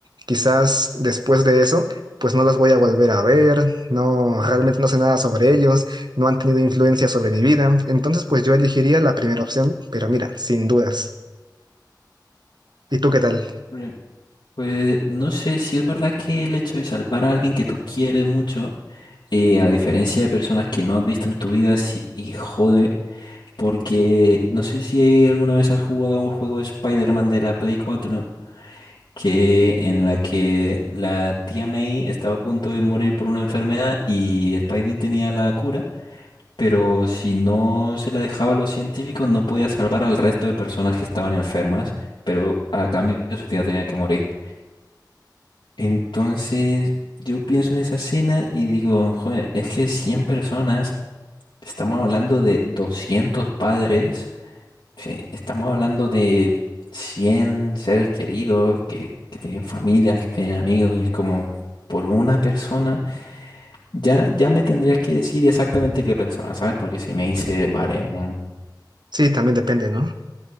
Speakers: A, on the right; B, on the left.
A: Quizás después de eso, pues no los voy a volver a ver, no, realmente no sé nada sobre ellos, no han tenido influencia sobre mi vida. Entonces, pues yo elegiría la primera opción, pero mira, sin dudas. ¿Y tú qué tal?
B: Vale. Pues no sé si es verdad que el hecho de salvar a alguien que tú quieres mucho, eh, a diferencia de personas que no has visto en tu vida, sí jode Porque no sé si alguna vez has jugado a un juego de Spider-Man de la Play 4, que en la que la tía May estaba a punto de morir por una enfermedad y Spidey tenía la cura, pero si no se la dejaba a los científicos no podía salvar al resto de personas que estaban enfermas, pero a cambio su tía tenía que morir. Entonces yo pienso en esa escena y digo, joder, es que 100 personas, estamos hablando de 200 padres. Sí, estamos hablando de 100 seres queridos que, que tienen familias, que tienen amigos, y es como por una persona. Ya, ya me tendrías que decir exactamente qué persona, ¿sabes? Porque si me dice, vale, un-
A: Sí, también depende, ¿no?